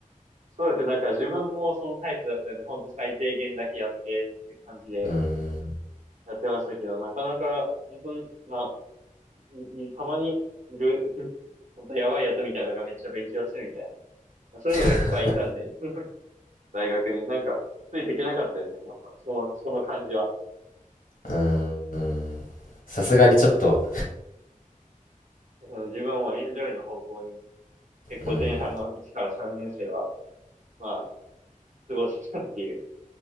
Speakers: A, on the right (about 60°); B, on the left (about 75°).
A: そうですね。なんか自分もそのタイプだったんで、ほんと最低限だけやってっていう感じで、
B: うーん
A: やってましたけど、なかなか、本当に、まあ、いいたまにいる、本当やばいやつみたいなのがめっちゃ勉強してるみたいな。そういうのがいっぱいいたんで、
B: <laughs>
A: 大学になんか、ついていけなかったですね、やっぱ、その、その感じは。
B: うーんさすがにちょっと、
A: 自分はもうエンジョイの方向に、結構前半の1から3年生は、
B: うん、
A: まあ、過ごしたっていう